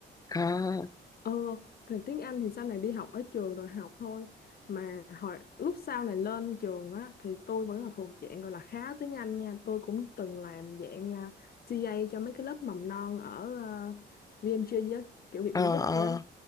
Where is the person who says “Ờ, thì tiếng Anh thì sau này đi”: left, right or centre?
Left